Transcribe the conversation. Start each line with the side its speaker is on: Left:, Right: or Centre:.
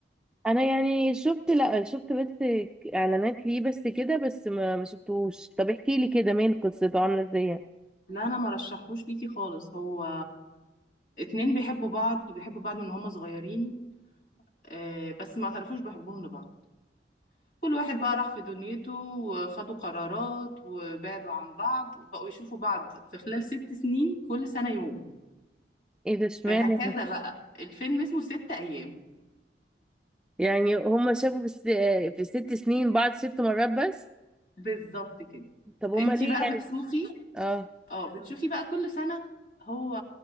Centre: انا يعني شفت لا شفت بس ك- اعلانات ليه بس كده بس ما ما شفتهوش طب احكي لي كده مال قصته عامله ازاي يعني؟
Left: لا انا ما رشحهوش ليكي خالص هو اتنين بيحبوا بعض وبيحبوا بعض من هما صغيرين آه، بس ما اعترفوش بحبهم لبعض كل واحد بقى راح في دنيته وخدوا قرارات وبعدوا عن بعض بقوا يشوفوا بعض في خلال ست سنين كل سنة يوم
Centre: ايه ده اشمعنى
Left: فهكذا بقى الفيلم اسمه ست أيام
Centre: يعني هما شافوا في الس... في الست سنين بعض ست مرات بس
Left: بالظبط كده
Centre: طب هما
Left: انتي
Centre: ليه
Left: بقى
Centre: يعني
Left: بتشوفي
Centre: اه
Left: اه بتشوفي بقى كل سنة هو